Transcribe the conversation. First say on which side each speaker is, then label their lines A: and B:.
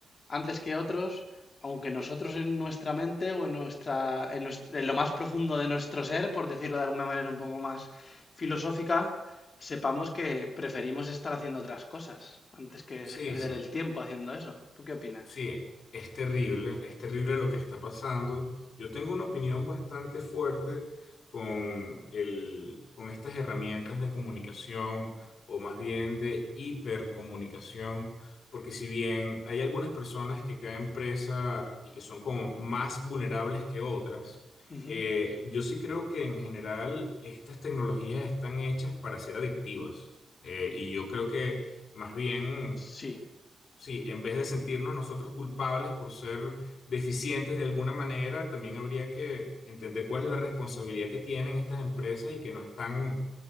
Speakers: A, on the left; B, on the left.
A: antes que otros, aunque nosotros en nuestra mente o en nuestra, en nues- en lo más profundo de nuestro ser, por decirlo de alguna manera un poco más filosófica, sepamos que preferimos estar haciendo otras cosas antes que
B: Sí,
A: perder
B: sí.
A: el tiempo haciendo eso. ¿Tú qué opinas?
B: Sí, es terrible, es terrible lo que está pasando. Yo tengo una opinión bastante fuerte con el, con estas herramientas de comunicación o más bien de hipercomunicación, porque si bien hay algunas personas que caen presa y que son como más vulnerables que otras,
A: Ujú.
B: eh, yo sí creo que en general estas tecnologías están hechas para ser adictivas. Eh, y yo creo que más bien
A: Sí,
B: Sí, en vez de sentirnos nosotros culpables por ser deficientes de alguna manera, también habría que entender cuál es la responsabilidad que tienen estas empresas y que no están